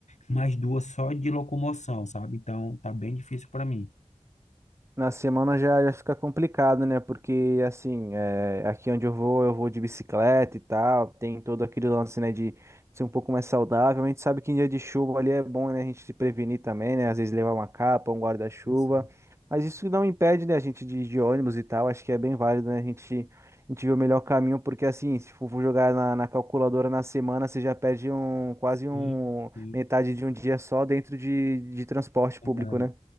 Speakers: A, on the left; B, on the right.
A: mais duas só de locomoção, sabe? Então tá bem difícil para mim.
B: Na semana já, já fica complicado, né? Porque, assim, é, aqui onde eu vou, eu vou de bicicleta e tal, tem todo aquele lance, né, de ser um pouco mais saudável. A gente sabe que em dia de chuva ali é bom, né, a gente se prevenir também, né? Às vezes levar uma capa, um guarda-chuva.
A: Sim.
B: Mas isso não impede, né, a gente de, ir de ônibus e tal. Acho que é bem válido, né? A gente, a gente vê o melhor caminho, porque, assim, se for jogar na, na calculadora na semana, você já perde um, quase
A: Sim,
B: um,
A: sim,
B: metade de um dia só dentro de, de transporte público,
A: é verdade.
B: né?